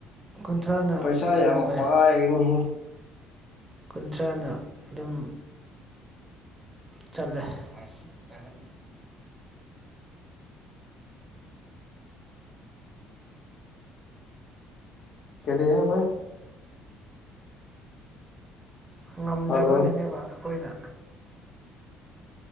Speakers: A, on the right; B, on the left.
A: ꯀꯨꯟꯊ꯭ꯔꯥꯅ
B: ꯄꯩꯁꯥ
A: ꯀꯩꯅꯣ
B: ꯌꯥꯝ
A: ꯑꯣꯏ
B: ꯄꯥꯏꯒꯅꯤ
A: ꯀꯨꯟꯊ꯭ꯔꯥꯅ ꯑꯗꯨꯝ ꯆꯠꯂꯦ ꯇꯥꯒ
B: ꯀꯦꯔꯤ ꯍꯥꯏꯦꯕꯥꯏ
A: ꯉꯝꯗꯕꯗꯅꯦꯕ
B: ꯍꯜꯂꯣ
A: ꯑꯩꯈꯣꯏꯅ